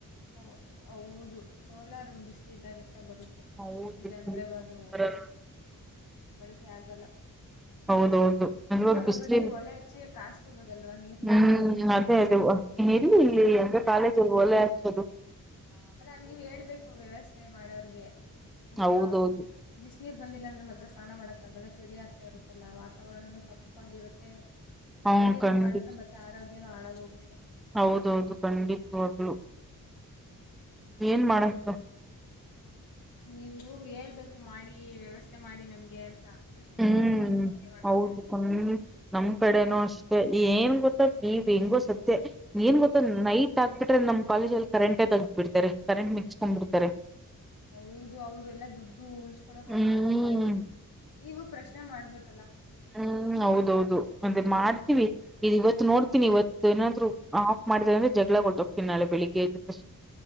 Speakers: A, on the left; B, in the centre.
A: ಹ ಹೌದು ಸೋಲಾರ ಬಿಸಿ್ಲು ಇದಿದ್ದಾಗ ಅಷ್ಟೇ ಇಷ್ಟ ಬರುತ್ತೆ
B: ಹೌದು
A: ಇಲ್ಲಾ ಅಂದ್ರೆ ಅದು
B: ಬರಲ್ಲ
A: ಬಳಕೆ ಆಗಲ್ಲ
B: ಹೌದೌದು ಅ
A: ನೀವ್ ಅದ್ರ
B: ಬಲಿ
A: ಬದ್ಲಿ ಒಲೆ ಹಚ್ಚಿ ಕಾಸ್ಕೋಬೋದಲ್ವಾ ನೀರ್ನ
B: ಹ್ಮ್ ಅದೇ ಅ ಇಲ್ಲಿ ಇಲ್ಲಿ ಅಂದ್ರೆ ಕಾಲೇಜಲ್ಲಿ ಓಲೆ ಹಚದು
A: ಅಲ್ಲಾ ನೀವ್ ಹೇಳ್ಬೇಕು ವ್ಯವಸ್ಥೆ ಮಾಡೋರ್ಗೆ ಈಗ
B: ಹೌದೌದು
A: ಬಿಸ್ ನೀರ್ ಬಂದಿಲ್ಲ ಅಂದ್ರೆ ಮತ್ತತ್ರ ಸ್ನಾನ ಮಾಡಕ್ ಅದಲ್ಲ ಚಳಿ ಆಗ್ತಾ ಇರುತ್ತಲ್ಲ ವಾತಾವರಣನೂ ತಂಪಾಗಿರುತ್ತೆ
B: ಹ್ಮ
A: ತಣ್ಣೀರಂಗ್
B: ಖಂಡತ್
A: ಮಾಡಿದ್ರೆ ಮತ್ತೆ ಆರೋಗ್ಯನೂ ಹಾಳಾಗೋಗುತ್ತೆ
B: ಹೌದೌದು ಖಂಡಿತವಾಗಲು ಏನ್ ಮಾಡತು
A: ನೀವು ಹೇಳ್ಬೇಕು ಮಾಡಿ ವ್ಯವಸ್ಥೆ ಮಾಡಿ ನಮ್ಗೆ ಅಂತ ನೀವ್ ಸುಮ್ನೆ
B: ಹ್ಮ್
A: ಇದ್ರೆ ಅವ್ರು ಹಂಗೆ ಮಾಡ್ತಾರೆ
B: ಹೌದುಕ ನಮ್ ಕಡೆನೂ ಅಷ್ಟ ಏನ್ ಗೊ ಈ ಹೆಂಗೋ ಸದ್ಯ ಏನ್ ಗೊತ್ತಾ ನೈಟ್ ಆಗ್ಬಿಟ್ರೆ ನಮ್ ಕಾಲೇಜ್ ಅಲ್ಲಿ ಕರೆಂಟೇ ತಗ್ದ್ಬ ಬಿಡ್ತಾರೆ ಕರೆಂಟ್ ಮಿಕ್ಸ್ಕೊಂಡ್ ಬಿಡ್ತಾರೆ
A: ಹೌದು ಅವ್ರಲ್ಲಾ ದುಡ್ಡು ಉಳ್ಸ್ಕೊಳಕ್
B: ಹ್ಮ್
A: ಹಂಗ ಮಾಡ್ತಾರೆ ನೀವು ಪ್ರಶ್ನೆ ಮಾಡ್ಬೇಕ
B: ಹ್ಮ್ ಹೌದೌದು ಮತ್ತೆ ಮಾಡ್ತೀವಿ ಇ ಇವತ್ತು ನೋಡ್ತೀನಿ ಇವತ್ತು ಏನಾದ್ರು ಆಫ್ ಮಾಡಿದಾರೆ ಅಂದ್ರೆ ಜಗಳ ಕೊಟ್ಟ ಹೋಗ್ತೀಿ ನಾಳೆ ಬೆಳಗ್ಗೆ ಇದ್ದ ತಕ್ಷ